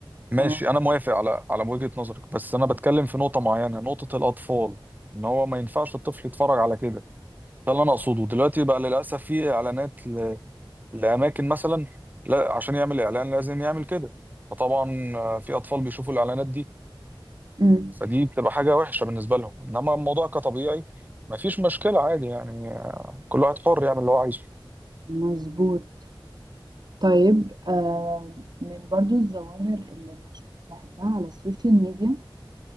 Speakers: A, on the right (about 20°); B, on the right (about 50°).
A: ماشي
B: تمام
A: انا موافق على على وجهة نظرك بس انا بتكلم في نقطة معينة نقطة الاطفال ان هو ما ينفعش الطفل يتفرج على كده ده اللي انا اقصده دلوقتي بقى للاسف في اعلانات ل... لاماكن مثلا لا عشان يعمل اعلان لازم يعمل كده فطبعا آه، في اطفال بيشوفوا الاعلانات دي
B: مم.
A: فدي بتبقى حاجة وحشة بالنسبة لهم انما الموضوع كطبيعي ما فيش مشكلة عادي يعني كل واحد حر يعمل اللي هو عايزه
B: مظبوط طيب آه من برضو الظواهر اللي مش بحبها على السوشيال ميديا